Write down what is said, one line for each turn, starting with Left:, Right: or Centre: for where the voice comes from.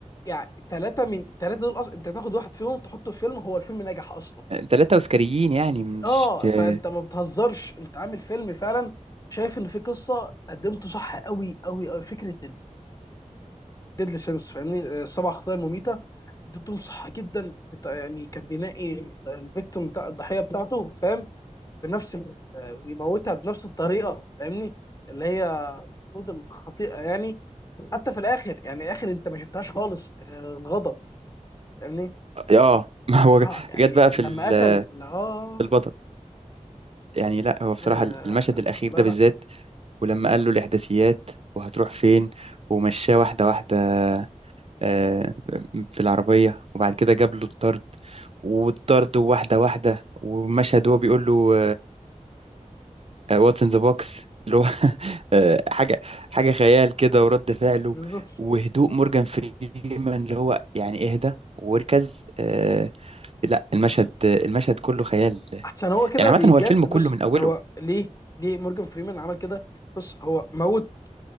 Left: يعني ثلاثه من ثلاثه دول اصلا انت تاخد واحد فيهم تحطه في فيلم هو الفيلم نجح اصلا
Right: ثلاثة أوسكاريين يعني مش
Left: اه
Right: آه
Left: فانت ما بتهزرش انت عامل فيلم فعلا شايف ان في قصه قدمته صح قوي قوي قوي فكره ديدلي سينس فاهمني آه، سبع خطايا المميته قدمتهم صح جدا بتاع يعني كان بينقي الفيكتوم بتاع الضحيه بتاعته فاهم بنفس آه، يموتها بنفس الطريقه فاهمني اللي هي المفروض الخطيئه يعني حتى في الاخر يعني اخر انت ما شفتهاش خالص آه الغضب فاهمني
Right: آه، <laughs> ما هو
Left: اه يعني
Right: جت بقى في
Left: لما
Right: ال-
Left: قتل اه,
Right: في البطل يعني لا هو بصراحة
Left: آه
Right: المشهد الأخير
Left: لا
Right: ده
Left: لا
Right: بالذات ولما قال له الإحداثيات وهتروح فين ومشاه واحدة واحدة آه، في العربية وبعد كده جاب له الطرد والطرد واحدة واحدة ومشهد هو بيقول له واتس ان ذا بوكس اللي هو <laughs> آه، حاجة حاجة خيال كده ورد فعله
Left: بالظبط
Right: وهدوء مورجان فريمان اللي هو يعني اهدى واركز آه، لا المشهد المشهد كله خيال
Left: احسن هو كده
Right: يعني عامة
Left: بيجاز
Right: هو الفيلم
Left: بص
Right: كله من أوله
Left: هو ليه ليه مورجان فريمان عمل كده بص هو موت